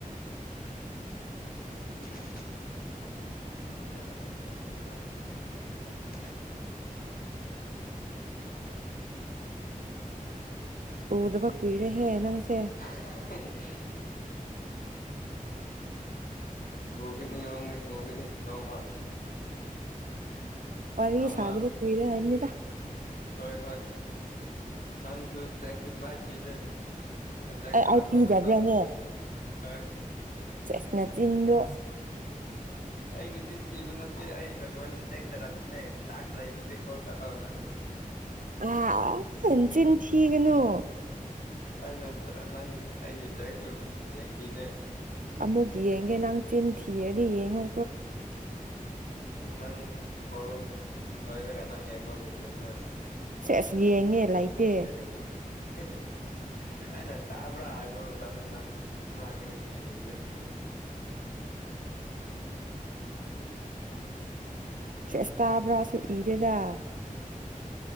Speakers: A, on the left; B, on the right.
A: ꯑꯁ ꯑꯗꯨꯝ ꯑꯗꯨꯝ ꯌꯨꯝꯗꯗ ꯑꯩꯅ ꯀꯗꯥ ꯁꯇ
B: ꯎꯗꯕ ꯀꯨꯏꯔꯦꯍꯦ ꯅꯪꯁꯦ
A: <inaudible> ꯎꯒꯅꯤ ꯌꯥꯎꯉ ꯎꯒꯅꯤ ꯅꯣꯡꯃ
B: ꯋꯥꯔꯤꯔꯤ
A: ꯅꯣꯡꯃ
B: ꯆꯥꯗꯨꯕ ꯀꯍꯤꯔꯦ ꯍꯥꯏꯝꯅꯤꯗ
A: ꯍꯣꯏ ꯍꯣꯏ ꯅꯪꯁꯨ ꯇꯦꯛꯁꯄꯥꯏ ꯄꯤꯗꯦ ꯇ
B: ꯑꯩ
A: ꯈꯔ
B: ꯑꯩ
A: ꯋꯥ
B: ꯄꯤꯗꯕ꯭ꯔꯥꯅꯦ
A: ꯃꯇꯝ ꯃꯇꯝ ꯀ
B: ꯆꯅꯆꯗꯨ
A: ꯑꯩꯒꯤꯁꯤꯟ ꯁꯤꯕ ꯅꯠꯇꯦ ꯑꯩ ꯅꯪꯉꯣꯟꯗ ꯇꯦꯛꯊꯔꯛꯄꯅꯦ ꯇꯥꯛꯁꯗꯨꯗꯤ ꯀꯣꯜ ꯇꯧꯔꯛꯑꯣ ꯅꯪ
B: ꯑ ꯍꯆꯅꯤ ꯊꯒꯅꯨ
A: ꯑꯩ ꯅꯠꯇꯅ ꯅꯪ ꯑꯩꯒꯤ ꯇꯦꯛꯁꯨ ꯌꯦꯡꯕꯤꯅꯦ
B: ꯑꯃꯨꯛ ꯌꯦꯡꯒꯦ ꯅꯪ ꯆꯤꯟ ꯊꯤꯔꯔ ꯌꯦꯡꯉ
A: ꯑ ꯎꯝ ꯅꯪ ꯀꯣꯜ ꯂꯣꯏꯣꯏꯗꯒ ꯅꯪ ꯌꯦꯒꯣ ꯃꯁꯦꯖ
B: ꯁꯦ ꯑꯁ ꯌꯦꯡꯉꯦ ꯂꯩꯇꯦ
A: <unintelligible> ꯑꯩꯅ ꯇꯥꯕ꯭ꯔꯥ ꯍꯥꯏꯕ ꯃꯇꯝꯗ ꯅꯪ ꯔꯤꯄ꯭ꯂꯥꯏ ꯀꯔꯤ ꯆꯠꯀꯦꯅꯦ ꯎꯝ
B: ꯆꯦꯁ ꯇꯥꯕ꯭ꯔꯥꯁꯨ ꯏꯗꯦꯗ